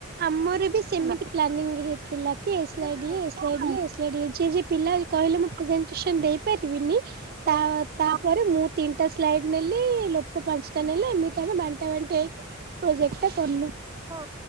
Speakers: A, on the right; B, on the right.
A: ଆମର ବି ସେମିତି ପ୍ଲାନିଂ ହେଇଥିଲା କି ଏ ସ୍ଲାଇଡ଼
B: ହୁଁ
A: ହିଁ ଏ ସ୍ଲାଇଡ଼ ହିଁ ଏ ସ୍ଲାଇଡ଼ ଇଡି ହେଇଚି ଯେ ପିଲା କହିଲେ ମୁଁ ପ୍ରେଜେଣ୍ଟେସନ ଦେଇପାରିବିନି।
B: ହଁ
A: ତା ତାପରେ ମୁଁ ତିନିଟା ସ୍ଲାଇଡ଼ ନେଲି ଲୋ ଉପପ ପାଞ୍ଚଟା ନେଲେ ଏମିତି ଆମେ ବାଣ୍ଟା ବାଣ୍ଟି ହେଇକି ପ୍ରୋଜେକ୍ଟ ଟା କଲୁ।
B: ହଁ।